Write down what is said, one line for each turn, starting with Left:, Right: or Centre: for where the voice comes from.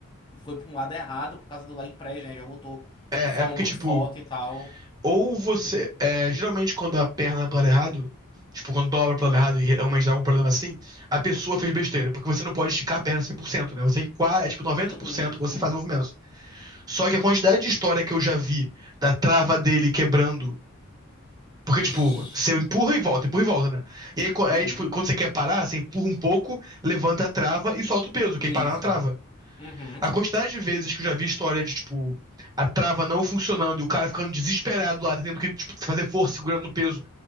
Left: foi para um lado errado por causa do leg press, né? Já voltou
Right: É,
Left: de forma
Right: é porque,
Left: muito
Right: tipo,
Left: forte e tal.
Right: ou você. É, geralmente, quando a perna é pro lado errado, tipo, quando dobra pro lado errado e realmente dá um problema
Left: Uhum.
Right: assim, a pessoa fez besteira. Porque você não pode esticar a perna 100%, né? Você qua- é tipo 90%
Left: Sim, sim.
Right: você faz o movimento. Só que a quantidade de história que eu já vi da trava dele quebrando Porque, tipo,
Left: Ixi.
Right: você empurra e volta, empurra e volta, né? E aí, co- aí,
Left: Uhum.
Right: tipo, quando você quer parar, você empurra um pouco, levanta a trava e solta o peso, que
Left: Isso.
Right: aí para na trava.
Left: Uhum.
Right: A quantidade de vezes que eu já vi história de, tipo, a trava não funcionando e o cara ficando desesperado lá, tendo que, tipo, fazer força segurando no peso.